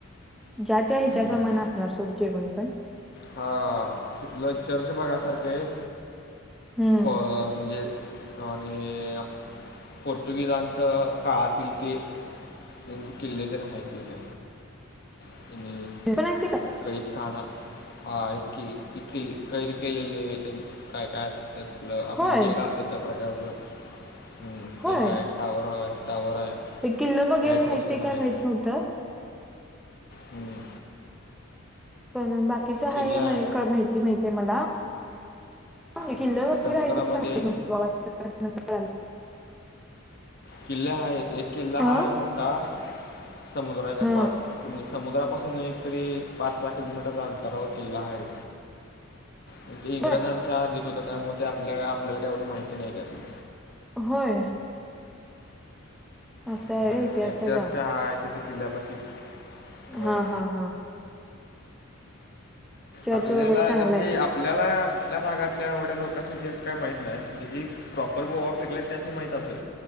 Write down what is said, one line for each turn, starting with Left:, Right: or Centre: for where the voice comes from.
Centre: ज्या त्या ह्याच्याप्रमाणे
Left: हम्म.
Centre: असणार सोड जेवण पण
Left: हा... तिथलं चर्च बघायसारखं आहे.
Centre: हम्म
Left: फ म्हणजे आणि.... पोर्तुगीजांच काळातील ते त्यांचे किल्ले बी आहेत तिथे <inaudible>
Centre: पण ते का
Left: कै खाणा ह कै केले काय काय त्या आपलं आपली
Centre: होय
Left: जे रा असते त्या प्रकारचं
Centre: होय
Left: ते हाय टावर आहे टावर आहे
Centre: हे किल्लं वगैरे
Left: लाईट हाऊस
Centre: आहे, ते
Left: आहेत
Centre: काय माहित नव्हतं
Left: हम्म,
Centre: पण बाकीच
Left: किल्ले
Centre: हाय
Left: आहेत
Centre: का माहिती माहती आहे मला किल्लं वगैरे
Left: हम्म, समुद्रामध्ये
Centre: आहे <inaudible>
Left: किल्ले आहेत एक किल्ला
Centre: अं?
Left: हा आहे मोठा समुद्राच्या
Centre: हा
Left: क तुम्ही, समुद्रापासून एकतरी पाच सहा किलोमीटरच्या अंतरावर किल्ला आहे. आणि ते इंग्रजांच्या
Centre: होय
Left: हद्दीत होतं, त्यामुळे ते आपल्या आपल्याला काही एवढी माहिती नाही त्यातली.
Centre: होय. असा
Left: हम्म,
Centre: आहे होय इतिहास
Left: एक
Centre: त्याचा,
Left: चर्च आहे तिथे किल्ल्यापाशी अं,
Centre: हा.. हा. चर्च
Left: आपल्याला
Centre: वगैरे चांगला
Left: हेज्या म्हणजे
Centre: आहे
Left: आपल्याला आपल्या भागातल्या, एवढ्या लोकासनी तेचं काय माहीत नाही. ज्याची प्रॉपर गोवा फिरलाय, त्यासनी माहित असंल.